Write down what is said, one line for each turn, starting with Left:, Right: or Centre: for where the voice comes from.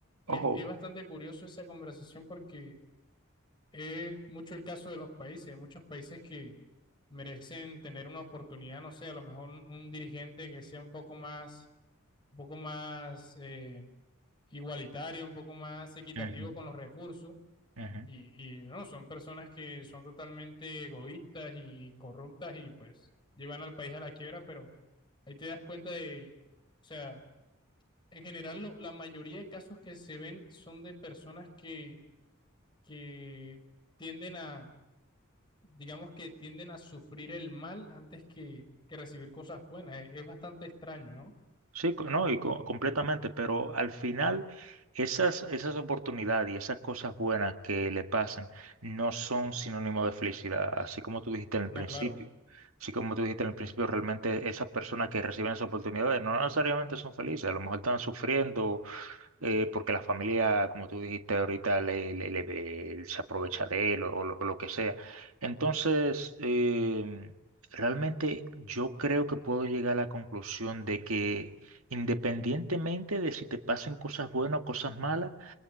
Left: Y
Right: Ojo.
Left: es, y es bastante curioso esa conversación porque es mucho el caso de los países, hay muchos países que merecen tener una oportunidad, no sé, a lo mejor un, un dirigente que sea un poco más, un poco más eh, igualitario, un poco más equitativo
Right: Ujú,
Left: con los recursos
Right: ujú.
Left: y, y no, son personas que son totalmente egoístas y corruptas y pues llevan al país a la quiebra, pero ahí te das cuenta de, o sea, en general lo- la mayoría de casos que se ven son de personas que, que tienden a, digamos que tienden a sufrir el mal antes que, que recibir cosas buenas. Es, es bastante extraño, ¿no?
Right: Sí, co- no, y co- completamente, pero al final esas, esas oportunidades y esas cosas buenas que le pasan no son sinónimo de felicidad, así como tú dijiste en el
Left: No,
Right: principio.
Left: claro,
Right: Así como tú dijiste en el principio, realmente esas personas que reciben esas oportunidades no necesariamente son felices, a lo mejor están sufriendo eh, porque la familia, como tú dijiste ahorita, le, le- le- se aprovecha de él o, o lo, o lo que sea. Entonces, eh, realmente yo creo que puedo llegar a la conclusión de que independientemente de si te pasen cosas buenas o cosas malas,